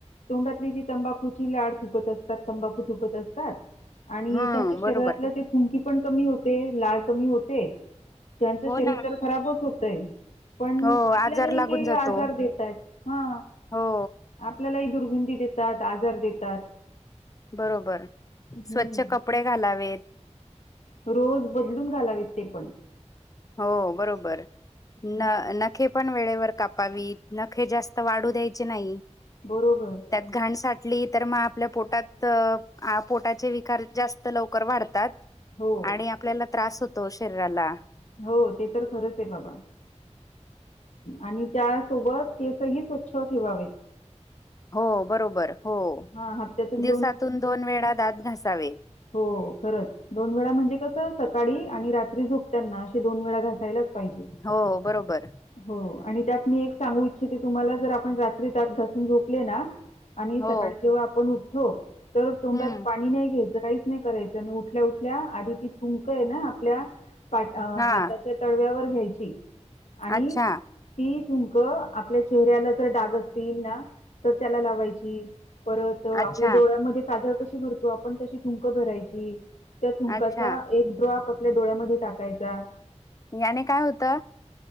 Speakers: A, on the left (about 70°); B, on the left (about 30°).
A: तोंडातली जी तंबाखूची लाळ थुकत असतात. तंबाखू थुकत असतात. आणि
B: हम्म
A: त्यांच्या
B: बरोबर
A: शरीरातलं ति थुंकी पण कमी होते. लाळ कमी होते त्यांचं
B: हो
A: शरीर
B: ना
A: तर खराबच होतय. पण
B: हो
A: आपल्यालाही
B: आजार लागून
A: ते
B: जातो
A: आजार देत आहेत हा.
B: हो.
A: आपल्यालाही दुर्गंधी देतात. आजार देतात.
B: बरोबर,
A: हम्म.
B: स्वच्छ कपडे घालावेत.
A: रोज बदलून घालावेत ते पण.
B: हो. बरोबर, न
A: हम्म.
B: नखे पण वेळेवर कापावीत. नखे जास्त वाढू द्यायचे नाही.
A: बरोबर.
B: त्यात घाण साठली तर मग आपल्या पोटात पोटाचे विकार जास्त लवकर वाढतात.
A: हो,
B: आणि आपल्याला त्रास होतो शरीराला.
A: हो. ते तर खरंच आहे बाबा आणि त्यासोबत केसही स्वच्छ ठेवावेत.
B: हो बरोबर, हो
A: हा हप्त्यातून
B: दिवसातून दोन वेळा दात घासावे.
A: हो, खरंच. दोन वेळा म्हणजे कसं, सकाळी आणि रात्री झोपताना असे दोन वेळा घासायलाच पाहिजे.
B: हो बरोबर.
A: हो आणि त्यात मी एक सांगू इच्छिते तुम्हाला जर आपण रात्री दात घासून झोपले ना आणि
B: हो
A: सकाळी जेव्हा आपण उठतो, तर तोंडात
B: हम्म
A: पाणी नाही घ्यायचं. काहीच नाही करायच. आणि उठल्या उठल्या आधी ती थुंक आहे ना आपल्या
B: हा
A: हात ती तळव्यावर घ्यायची. आणि
B: अच्छा
A: ती थुंक आपल्या चेहऱ्याला जर डाग असतील ना तर त्याला लावायची परत
B: अच्छा
A: आपल्या डोळ्यामध्ये काजळ कशी भर तो आपण तशी थुंक भरायची त्या थुंकाचा
B: अच्छा
A: एक ड्रॉप आपल्या डोळ्यामध्ये टाकायचा.
B: याने काय होतं?